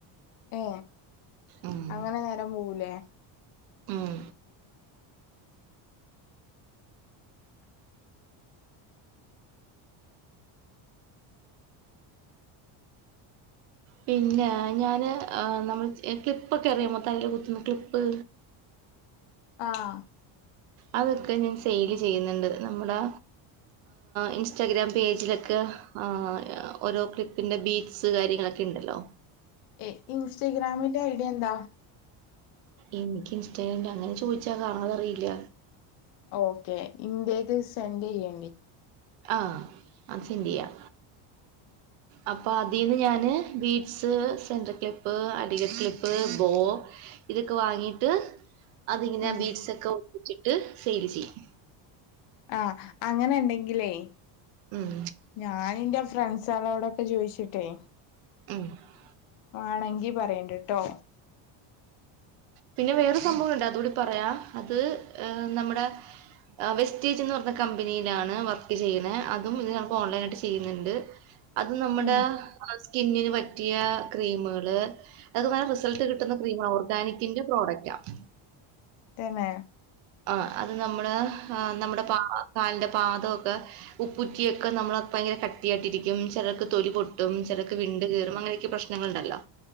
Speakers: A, on the left; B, on the right.
A: ഏ
B: ഉം
A: അങ്ങനെ നേരം പോവൂലേ
B: മം പിന്നെ ഞാന് നമ്മൾ ക്ലിപ്പൊക്കെ അറിയാമോ തലൽ കുത്തുന്നു ക്ലിപ്പ്
A: ആഹ
B: അതൊക്കെ ഞാൻ സെയില് ചെയ്യുന്നുണ്ട് നമ്മുടെ ഇൻസ്റ്റഗ്രാം പേജിലൊക്കെ ആ ഓരോ ക്ലിപ്പിന്റെ ബീറ്റ് സ് കാര്യങ്ങളൊക്കെ ഉണ്ടല്ലോ
A: ഏ ഇൻസ്റ്റഗ്രാമിന്റെ ഐഡിയ എന്താ
B: എനിക്ക് ഇൻസ്റ്റഗ്രാമ അങ്ങനെ ചോദിച്ചാൽ കാണാതറിയില്ല
A: ഓക്കെ എൻ്റെതിൽ സെൻറ്റ് ചെയ്യേണ്ടി
B: ആഹ സെൻ്റ് ചെയ്യാ
A: ഉം
B: അപ്പൊ അതിൽന്ന് ഞാന് ബീറ്റ്സ് സെൻറർ ക്ലിപ്പ് അടികർ ക്ലിപ്പ് ബോ ഇതൊക്കെ വാങ്ങിട്ട് അതിങ്ങനെ
A: ഉം
B: ബീറ്റ്സ് ഒക്കെ ഒഴിച്ചിട്ട് സെയിൽ ചെയ്യും
A: ആഹ അങ്ങനെ ഉണ്ടെങ്കിലേ
B: ഉം
A: ഞാന എറെ ഫ്രണ്ട്സ ആളോടെ ചോദിച്ചിട്ടേ
B: ഉം
A: ആണെങ്കി പറയണ്ട കേട്ടോ
B: പിന്നെ വേറെ സംഭവം ഉണ്ട് അതുകൂടി പറയാം അത് ഏ നമ്മുടെ വെസ്റ്റേജ്ന്ന് പറഞ്ഞ കമ്പനിയിലാണ് വർക്ക് ചെയ്യണ അതും ഇത് നമുക്ക് ഓൺലൈൻ ആായിട്ട് ചെയ്യുന്നുണ്ട് അത് നമ്മുടെ
A: ഉം
B: സ്കിന്നിന് പറ്റിയ ക്രീമുകള് അത് വേ റിസൾട്ട് കിട്ട ക്രീമാകോ ഓർഗാനിക്കിന്റെ പ്രോഡക്റ്റ് ആണ്
A: തന്നയ
B: ആ അത് നമ്മള് നമ്മുടെ പ കാലിന്റെ പാദമൊക്കെ ഉപ്പുറ്റിയൊക്കെ നമ്മൾ ഭയര കട്ടി ആട്ടിരിക്കും ചിലർക്ക് തൊലി പൊട്ടും ചിലക്ക് വിണ്ട് കീറും അങ്ങനെയൊക്കെ പ്രശ്നം നിങ്ങ ഉണ്ടല്ലോ